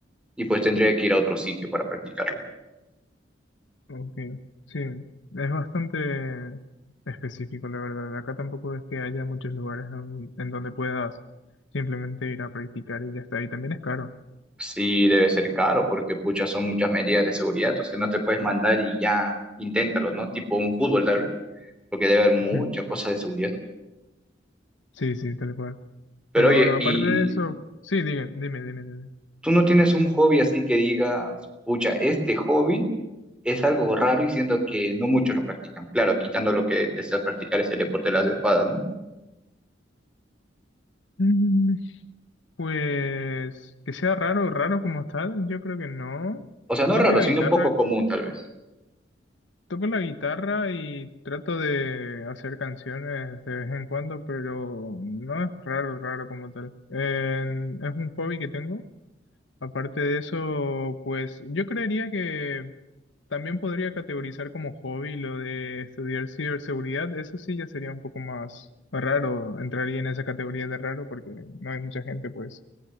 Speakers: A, in the centre; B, on the left.
A: y pues tendría que ir a otro sitio para practicarlo.
B: Ok, sí, es bastante específico, la verdad. Acá tampoco es que haya muchos lugares en, en donde puedas simplemente ir a practicar y ya está. Y también es caro.
A: Sí, debe ser caro porque pucha, son muchas medidas de seguridad, o sea, no te puedes mandar y ya, inténtalo, ¿no? Tipo un fútbol tal vez, porque debe haber muchas
B: Ujú.
A: cosas de seguridad.
B: Sí, sí, tal cual.
A: Pero
B: Pero
A: oye,
B: bueno, aparte
A: ¿y
B: de eso, sí, dime, dime, dime, dime.
A: tú no tienes un hobby así que digas, pucha, este hobby? es algo raro y siento que no muchos lo practican. Claro, quitando lo que desea practicar es el deporte de las espadas, ¿no?
B: Mm, Pues que sea raro, raro como tal, yo creo que no.
A: O sea, no
B: Toco
A: raro,
B: la
A: sino
B: guitarra,
A: poco común tal vez.
B: Toco la guitarra y trato de hacer canciones de vez en cuando, pero no es raro, raro como tal. En- es un hobby que tengo. Aparte de eso, pues yo creería que también podría categorizar como hobby lo de estudiar ciberseguridad. Eso sí ya sería un poco más raro, entraría en esa categoría de raro porque no hay mucha gente pues